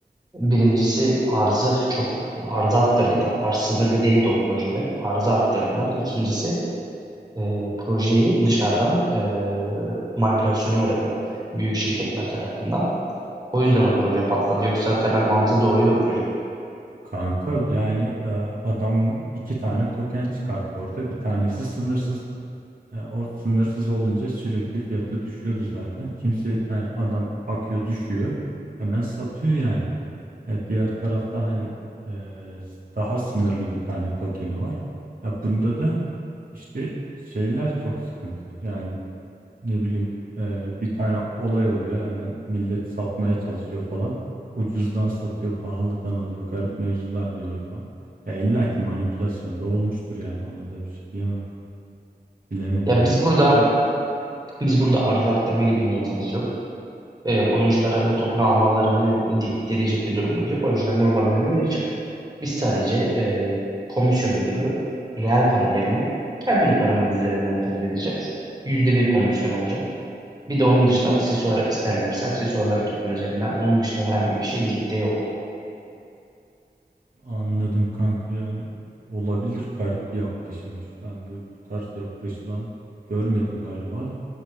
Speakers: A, on the right; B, on the right.
A: Birincisi arzı çok arzı arttırdılar. Arz sınırlı değildi o projede. Arzı arttırdılar. İkincisi e, projeyi dışarıdan e, manipülasyona uğradı. Büyük şirketler tarafından. O yüzden o proje patladı. Yoksa temel mantığı doğruydu o projenin.
B: kanka yani e, adam iki tane token çıkarttı orada. Bir tanesi sınırsızdı. E, o sınırsız olunca sürekli fiyatı düşüyordu zaten. Kimse hani adam bakıyor düşüyor. Hemen satıyor yani. E, diğer tarafta hani e, s- daha sınırlı bir tane tokeni var. Ya bunda da işte şeyler çok sıkıntı. Yani ne bileyim e, bir tane olay oluyor hemen millet satmaya çalışıyor falan. Ucuzdan satıyor, pahalıdan alıyor. Garip mevzular dönüyor falan. Ya illa ki manipülasyon da olmuştur yani ona da bir şey diyemem. Bilemedim
A: Ya
B: yani.
A: biz burada biz burada arz arttırma gibi niyetimiz yok. E, oyunculara bu token almalarını dikte edecek bir durumumuz yok. Oyuncular normal oyunu oynayacak. Biz sadece e, komisyonumuzu reel para yerine kendi paramız üzerinden talep edeceğiz. Yüzde bir komisyon olacak. Bir de onun dışında aksesuar isterlerse aksesuarları token üzerinden. Onun dışında herhangi bir şey dikte yok.
B: Anladım kanka yani olabilir garip bir yaklaşımmış. Ben böyle bu tarz yaklaşılan görmedim galiba da.